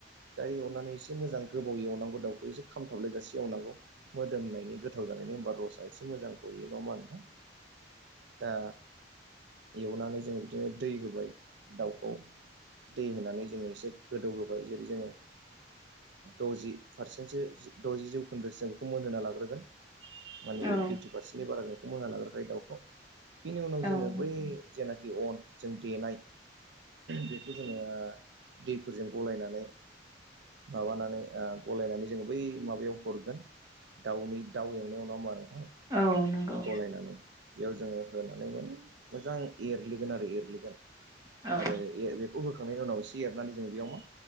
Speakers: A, on the right; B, on the right.
A: दा एवनानै एसे मोजां गोबाव एवनांगौ दाउ एसे खामथाबलायजासे एवनांगौ। मोदोमनायनि गोथाव जानायनि होमबा रसा एसे मोजां गयो नङा होमबा नोंथां। दा एवनानै जोङो बिदिनो दै होबाय दाउखौ दै होनानै जोङो एसे गोदौ होबाय जेरै जोङो ओ द'जि फारसेन्टसो द'जि जौखोन्दोसो जों बेखौ मोनहोना लाग्रोगोन। माने
B: औ
A: पारसेननि बारा नोंथांमोनहा मोना लाग्रोखायो दाउखौ। बिनि उनाव
B: औ
A: जोङो बै जेनाखि अन जों देनाय बेखौ जोङो दैफोरजों गलायनानै माबानानै ओ गलायनानै जोङो बै माबायाव हरगोन। दाउनि दाउ एवनायाव नङा होमबा नोंथां?
B: औ नंगौ।
A: गलायनानै बेयाव जोङो होनानै माने मोजां एरग्लिगोन आरो एरग्लिगोन।
B: औ
A: आरो ए बेखौ होखांनायनि उनाव ए एरनानै जों बेयाव मा